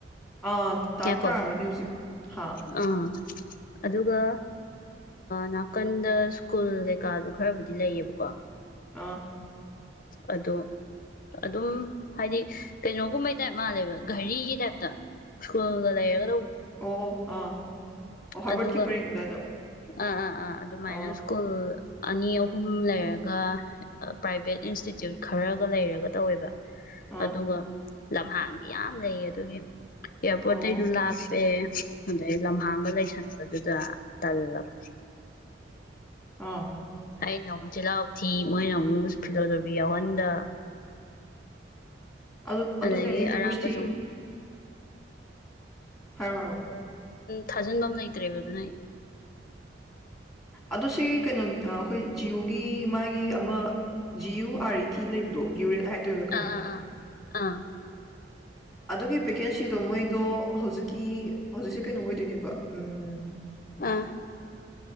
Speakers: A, in the centre; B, on the left (about 50°).
A: ꯑꯥ ꯇꯥꯗꯤ
B: ꯉꯥꯏꯈꯣ
A: ꯇꯥꯔꯝꯃꯅꯤ ꯍꯧꯖꯤꯛ ꯍꯥ
B: ꯑꯥ ꯑꯗꯨꯒ ꯅꯥꯀꯟꯗ ꯁ꯭ꯀꯨꯜ ꯀꯩꯀꯥꯁꯨ ꯈꯔꯕꯨꯗꯤ ꯂꯩꯌꯦꯕꯀꯣ
A: ꯑꯥ
B: ꯑꯗꯣ ꯑꯗꯨꯝ ꯍꯥꯏꯗꯤ ꯀꯩꯅꯣꯒꯨꯝꯕꯩ ꯇꯥꯏꯞ ꯃꯥꯜꯂꯦꯕ ꯘꯔꯤꯒꯤ ꯇꯥꯏꯞꯇ ꯁꯀꯨꯜꯒ ꯂꯩꯒ
A: ꯑꯣ ꯑꯣ ꯑꯥ ꯑꯣ ꯍꯣꯔꯔꯕꯠ
B: ꯑꯗꯨꯒ
A: ꯀꯤꯞꯄꯔꯡꯗ ꯑꯗꯣ
B: ꯑꯥ ꯑꯥ ꯑꯥ ꯑꯗꯨꯃꯥꯏꯅ
A: ꯑꯥ
B: ꯁ꯭ꯀꯨꯜ ꯑꯅꯤ ꯑꯍꯨꯝ ꯂꯩꯔꯒ ꯄ꯭ꯔꯥꯏꯚꯦꯠ ꯏꯟꯁꯇꯤꯇ꯭ꯌꯨꯠ ꯈꯔꯒ ꯂꯩꯔꯒ ꯇꯧꯋꯦꯕ
A: ꯑꯥ
B: ꯑꯗꯨꯒ ꯂꯝꯍꯥꯡꯗꯤ ꯌꯥꯝ ꯂꯩꯌꯦ ꯑꯗꯨꯒꯤ ꯑꯦꯌꯥꯔꯄꯣꯔꯠꯇꯇꯩꯒꯤꯁꯨ
A: ꯑꯣ
B: ꯂꯥꯞꯄꯦ ꯑꯗꯩ ꯂꯝꯍꯥꯡꯒ ꯂꯩ ꯇꯁꯟꯕꯗꯨꯗ ꯇꯜꯂꯕ
A: ꯑꯥ
B: ꯑꯩꯅ ꯑꯃꯨꯛ ꯆꯤꯜꯍꯥꯎ ꯊꯤ ꯃꯣꯏꯅ ꯑꯃꯨꯛ ꯐꯤꯂꯣꯖꯣꯐꯤ ꯌꯥꯎꯍꯟꯗ
A: ꯑꯗꯨ ꯑꯗꯨꯅꯦ
B: ꯑꯗꯒꯤ
A: ꯌꯨꯅꯤꯚꯔꯁꯤꯇꯤ
B: ꯑꯔꯥꯞꯄꯁꯨ
A: ꯍꯔꯣ ꯍꯥꯏꯔꯣ
B: ꯊꯥꯖꯤꯟꯕ ꯑꯃ ꯂꯩꯇ꯭ꯔꯦꯕ ꯑꯗꯨꯅ ꯑꯩ
A: ꯑꯗꯣ ꯁꯤ ꯀꯩꯅꯣ ꯑꯩꯈꯣꯏ ꯖꯤꯌꯣꯒꯤ ꯃꯥꯒꯤ ꯑꯃ ꯖꯤꯌꯨ ꯑꯥꯔ ꯏ ꯇꯤ ꯂꯩꯕꯗꯣ ꯒ꯭ꯌꯨꯔꯦꯠ ꯍꯥꯏꯗꯣꯏꯔꯥ ꯀꯩꯅꯣ
B: ꯑꯥ ꯑꯥ ꯑꯥ ꯑꯥ
A: ꯑꯗꯨꯒꯤ ꯚꯦꯀꯦꯟꯁꯤꯗꯣ ꯃꯣꯏꯗꯣ ꯍꯧꯖꯤꯛꯀꯤ ꯍꯧꯖꯤꯛꯁꯦ ꯀꯩꯅꯣ ꯑꯣꯏꯗꯣꯏꯅꯦꯕ ꯎꯝ
B: ꯑꯥ